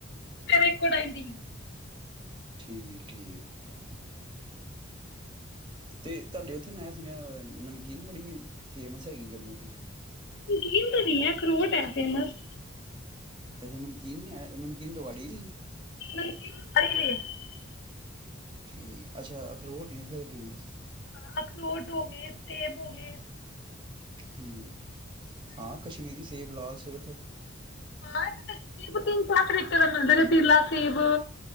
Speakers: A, on the left (about 55°); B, on the right (about 25°).
A: ਸਵੇਰੇ ਇਕੋ ਟਾਈਮ ਹੀ।
B: ਠੀਕ ਠੀਕ। ਤੇ ਤੁਹਾਡੇ ਉੱਥੇ ਮੈਂ ਸੁਣਿਆ ਨਮਕੀਨ ਬੜੀ ਫੇਮਸ ਹੈਗੀ ਜੰਮੂ ਦੀ
A: ਨਮਕੀਨ ਤਾਂ ਨੀ ਹੈ ਅਖਰੋਟ ਹੈ ਫੇਮਸ।
B: ਅਛਾ ਨਮਕੀਨ ਨੀ ਆ ਨਮਕੀਨ ਰਵਾੜੀ ਦੀ ਹੈ।
A: <unintelligible>
B: ਠੀਕ ਅੱਛਾ ਅਖਰੋਟ ਨੇ ਇਥੇ ਦੇ ਫੇਮਸ।
A: ਹਾਂ ਅਖਰੋਟ ਹੋਗੇ ਏ ਸੇਬ ਹੋਗੇ। ਏ
B: ਹੂੰ ਹਾਂ ਕਸ਼ਮੀਰੀ ਸੇਬ ਲਾਲ ਸੁਰਖ।
A: ਹਾਂ ਤੇ ਸੇਬ ਤਿੰਨ ਚਾਰ ਤੇਕੇ ਦਾ ਮਿਲਦਾ ਰਤੀਲਾ ਸੇਬ